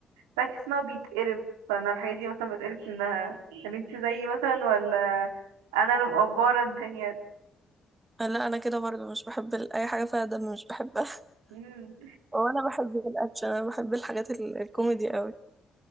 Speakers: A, on the right (about 85°); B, on the right (about 25°).
A: بحس ان هو بيتقرف فانا الحاجات دي مثلا مبتقرفش منها يعني انت زيي مثلا ولا انا اللي مقفرة الدنيا
B: لا انا كده برضه مش بحب ال- اي حاجه فيها دم مش بحبها
A: مم.
B: <laughs> وانا بحب الاكشن انا بحب الحاجات ال... الكوميدي قوي